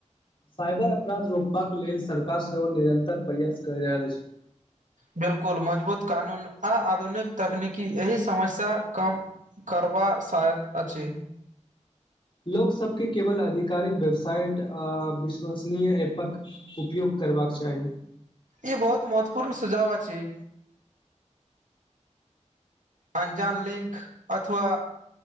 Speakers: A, on the left; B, on the right.
A: साइबर अपराध रोकबाक लेल सरकार सेहो निरन्तर प्रयास करि रहल अछि
B: बिल्कुल मजबूत कानून आ आधुनिक तकनीकी एहि समस्या कम करबा सहायत अछि
A: लोक सबके केवल आधिकारिक वेबसाइट आ विश्वसनीय ऐप पर उपयोग करबाक चाही
B: ई बहुत महत्वपूर्ण सुझाव अछि अनजान लिंक अथवा